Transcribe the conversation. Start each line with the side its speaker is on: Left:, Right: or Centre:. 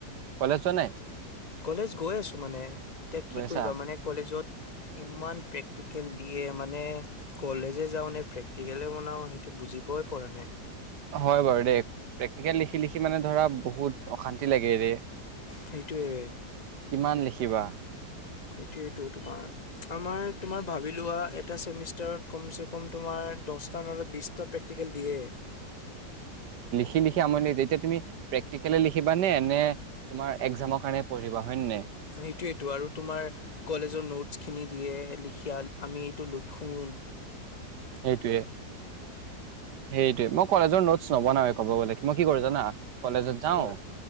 Right: কলেজ যোৱা নাই?
Left: কলেজ গৈ আছো মানে। এতিয়া কি
Right: গৈছা?
Left: কৰিবা মানে, কলেজত। ইমান প্ৰেক্টিকেল দিয়ে মানে, কলেজে যাও নে, প্ৰেক্টিকলে বনাও সেইটো বুজিবই পৰা নাই!
Right: হয় বাৰু দেই প্ৰেক্টিকেল লিখি লিখি মানে ধৰা বহুত, অশান্তি লাগে। ৰে,
Left: সেইটোয়ে
Right: কিমান লিখিবা?
Left: সেইটোৱেটো তোমাৰ, আমাৰ তোমাৰ ভাবি লোৱা। এটা চেমিষ্টাৰত কমছে কম তোমাৰ দশ নহ'লে বিছটা প্ৰেক্টিকেল দিয়ে।
Right: লিখি-লিখি আমনি লাগি যায়। এতিয়া তুমি প্ৰেক্টিকেলে লিখিবা নে! নে তোমাৰ একজামৰ কাৰণে পঢ়িবা হয় নে নাই?
Left: সেইটোৱেটো, আৰু তোমাৰ কলেজৰ নোটছখিনি দিয়ে, লিখি আমি এইটো হয়',
Right: সেইটোৱে, সেইটোৱে মই কলেজৰ নোটচ, নবনায়ে ক'ব গলে, মই কি কৰোঁ জানা? কলেজত যাওঁ
Left: কি কৰা